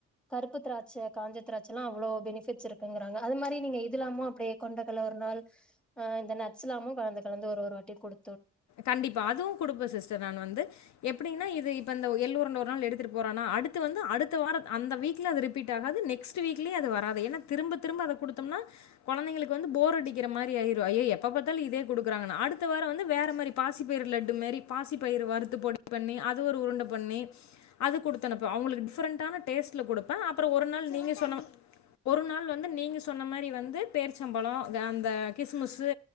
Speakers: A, in the centre; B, on the left.
A: கருப்பு திராட்ச காஞ்ச திராட்சலா அவ்ளோ பெனிஃபிட்ஸ் இருக்குங்கறாங்க அது மாரி நீங்க இதுல்லாமு அப்டே கொண்டக்கல ஒரு நாள் ஆ இந்த நட்ஸ்ல்லாமு கலந்து கலந்து ஒரு ஒரு வாட்டி குடு
B: கண்டிப்பா அதுவு குடுப்ப சிஸ்டர் நானு வந்து எப்டின்னா இது இப்பந்த எள்ளு உருண்ட ஒரு நாளு எடுத்துட்டு பொரானா அடுத்து வந்து அடுத்த வார அந்த வீக்ல அது ரீபீட்டாகது நெக்ஸ்ட் வீக்லயு அது வராது ஏனா திரும்ப திரும்ப அத குடுத்தம்னா கொழங்தைங்களுக்கு வந்து போர் அடிக்கற மாரி ஆய்ரு ஐய்ய எப்ப பாத்தாலு இதே குடுக்குராங்கணு அடுத்த வார வந்து வேற இதுமாரி பாசிபயிறு லட்டுமாரி பாசிபயரு வறுத்து பொடிப் பண்ணி அத ஒரு உருண்ட பண்ணி அத கொடுத்தனுப்புவ அவங்களுக்கு டிஃப்ரெண்டான டேஸ்ட்ல கொடுப்பே அப்றோ ஒரு நாளு நீங்க சொன்ன ஒரு நாளு வந்து நீங்க சொன்ன மாரி வந்து பேர்ச்சம்பழோ அந்த கிசுமுசு